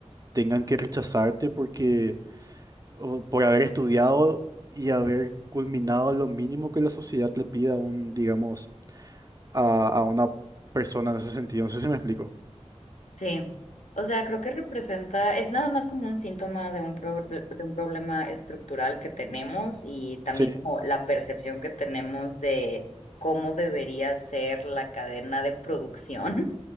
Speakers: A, on the right; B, on the left.
A: tengan que rechazarte porque o por haber estudiado y haber culminado lo mínimo que la sociedad le pida a un, digamos, a, a una persona en ese sentido. No sé si me explico.
B: Sí. O sea, creo que representa, es nada más como un síntoma de un, proble- de un problema estructural que tenemos y también
A: Sí,
B: como la percepción que tenemos de cómo debería ser la cadena de producción.